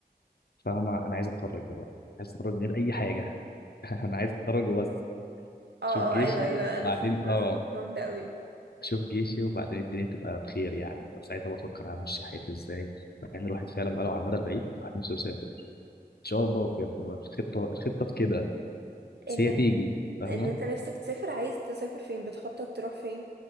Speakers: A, on the left; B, on the right.
A: فاهمة أنا عايز أتخرج دلوقتي عايز أتخرج من غير أي حاجة <laughs> أنا عايز أتخرج وبس
B: اه
A: أشوف جيشي
B: اه ايوه ايوه انا
A: بعدين
B: فاهمة
A: آه
B: فاهمة الشعور ده قوي
A: أشوف جيشي وبعدين الدنيا تبقى بخير يعني وساعتها بفكر همشي حياتي إزاي مع إن الواحد فعلا بقى لو على المدى البعيد الواحد نفسه يسافر شاء الله بجد هو الخطه الخطه في كده
B: ان
A: بس هي
B: انت
A: تيجي فاهمه
B: ان انت نفسك تسافر عايز تسافر فين بتخطط تروح فين